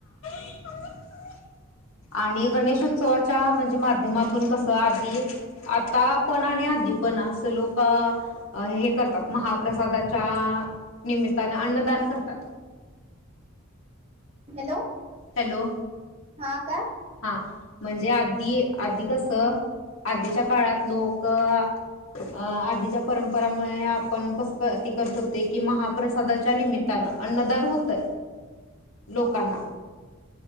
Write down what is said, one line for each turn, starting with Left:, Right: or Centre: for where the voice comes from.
Left: <inaudible> आणि गणेशोत्सवा त्या म्हणजे माध्यमातून कस आदी आता पण आणि आदी पण असं लोक हे करतात महाप्रसादाच्या निमित्ताने अन्नदान करतात.
Right: हॅलो
Left: हॅलो,
Right: हा काय
Left: हा. म्हणजे आधी आधी कसं आधीच्या काळात लोक अं आधीच्या परंपरामुळे आपण कस ते करत होते कि महाप्रसादाच्या निमित्तानं अन्नदान होतय लोकांना.